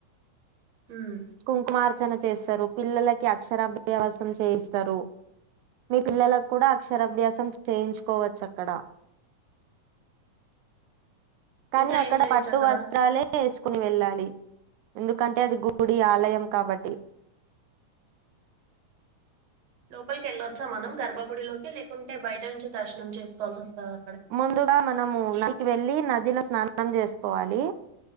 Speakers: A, on the right; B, on the right.
A: ఉమ్
B: కుంకుమార్ ర్చన చేస్తరు పిల్లలకి అక్షరాభ్యాసం చేయిస్తరు. మీ పిల్లలక్కుడా అక్షరాభ్యాసం చ్ చేయించుకోవచ్చక్కడ కానీ
A: ఇంకా
B: అక్కడ
A: ఏం చేయొచ్చు
B: పట్టు
A: అక్కడ
B: వస్త్రాలే ఎస్ కుని వెళ్ళాలి ఎందుకంటే అది గుడి, ఆలయం కాబట్టి.
A: లోపలికెళ్ళొచ్చా మనం గర్భగుడిలోకి లేకుంటే బయట నుంచె దర్శనం చేసుకోవాల్సోస్తదా?
B: ముందుగా మనము నదికి వెళ్ళి నదిలో స్నాన్ నం చేసుకోవాలి,